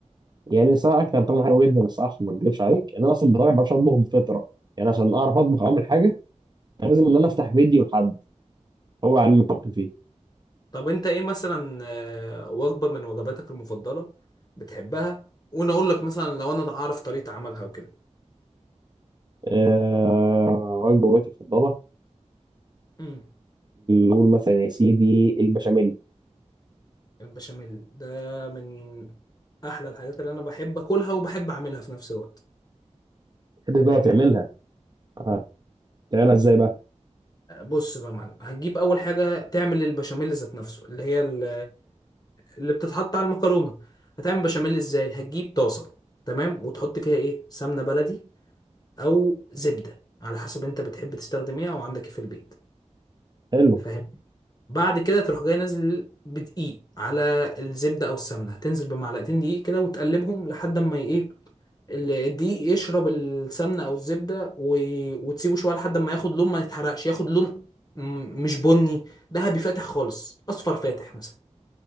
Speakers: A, on the right (about 35°); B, on the left (about 30°).
A: يعني ساعه كان طعمه حلو جدا بس عشان ما اكذبش عليك يعني انا اصلا بطبعي ما بعرفش اطبخ بفطره يعني عشان اعرف اطبخ اعمل حاجه كان لازم ان انا افتح فيديو لحد هو علم الطبخ فيه
B: طب انت ايه مثلا آه، وجبة من وجباتك المفضلة بتحبها وانا اقول لك مثلا لو انا اعرف طريقة عملها وكده
A: آه... وجبه وجبتي المفضله
B: امم
A: نقول مثلا يا سيدي البشاميل
B: البشاميل ده من احلى الحاجات اللي انا بحب اكلها وبحب اعملها في نفس الوقت
A: كده بقى
B: فاهمني
A: تعملها اه تعملها ازاي بقى
B: بص بقى يا معلم هتجيب اول حاجة تعمل البشاميل ذات نفسه اللي هي ال- اللي بتتحط على المكرونة هتعمل بشاميل ازاي هتجيب طاسة تمام وتحط فيها ايه سمنة بلدي او زبدة على حسب انت بتحب تستخدم ايه او عندك ايه في البيت
A: حلو
B: فاهم بعد كده تروح جاي نازل بدقيق على الزبدة أو السمنة تنزل بمعلقتين دقيق كده وتقلبهم لحد ما إيه ال- الدقيق يشرب السمنة أو الزبدة و... وتسيبه شوية لحد ما ياخد لون ما يتحرقش ياخد لون م- مش بني ذهبي فاتح خالص أصفر فاتح مثلا